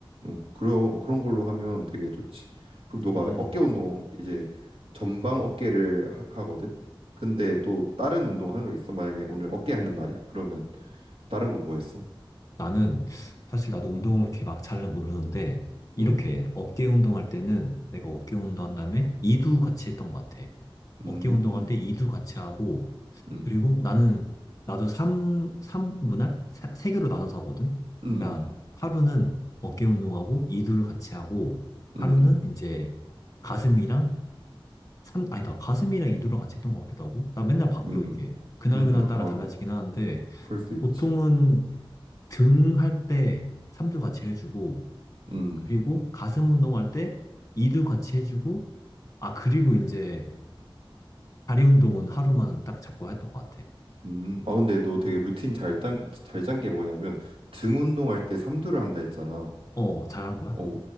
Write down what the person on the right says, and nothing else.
어, 그런 그런 걸로 하면 되게 좋지. 그럼 너가
어깨 운동 이제 전방 어깨를 하, 거든 근데 또 다른 운동 하는 거 있어? 만약에 오늘 어깨 하는 날이야. 그러면 다른 거 뭐 했어?
음,
음,
음,
음,
음,
음,
음, 음.
아,
뭐,
그럴 수 있지.
음,
음, 아, 근데 너 되게 루틴 잘 짠, 잘짠 게 뭐냐면 등 운동할 때 삼두를 한다 했잖아.
어, 우-